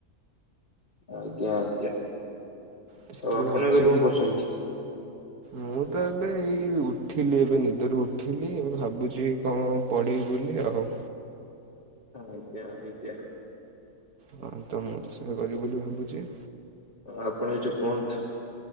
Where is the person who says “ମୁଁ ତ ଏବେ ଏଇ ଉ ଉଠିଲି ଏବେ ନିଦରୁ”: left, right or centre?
Right